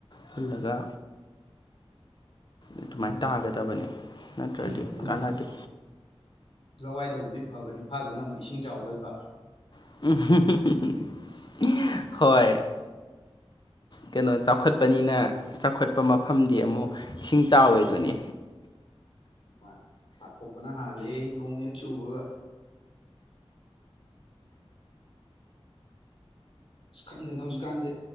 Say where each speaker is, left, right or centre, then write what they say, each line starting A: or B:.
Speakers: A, on the left; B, on the left.
A: ꯍꯨꯜꯂꯒ ꯑꯗꯨꯃꯥꯏꯅ ꯇꯥꯒꯗꯕꯅꯤ ꯅꯠꯇ꯭ꯔꯗꯤ
B: ꯑꯗꯨꯅꯤ
A: ꯀꯥꯟꯅꯗꯦ
B: ꯂꯋꯥꯏꯗꯕꯨꯗꯤ ꯐꯕ ꯏꯝꯐꯥꯜꯗꯅ ꯑꯃꯨꯛ ꯏꯁꯤꯡ ꯆꯥꯎꯗꯣꯏꯕ
A: <unintelligible> <unintelligible> ꯍꯣꯏ ꯀꯩꯅꯣ ꯆꯥꯎꯈꯠꯄꯅꯤꯅ ꯆꯥꯎꯈꯠꯄ ꯃꯐꯝꯗꯤ ꯑꯃꯨꯛ ꯏꯁꯤꯡ ꯆꯥꯎꯋꯦ ꯑꯗꯨꯅꯤ
B: ꯑꯗꯨꯝ ꯄꯥꯊꯣꯛꯄꯅ ꯍꯥꯜꯂꯦ ꯅꯣꯡ ꯍꯦꯛ ꯆꯨꯕꯒ ꯑꯁ ꯈꯪꯗꯦꯗ ꯍꯧꯖꯤꯛꯀꯥꯟꯁꯦ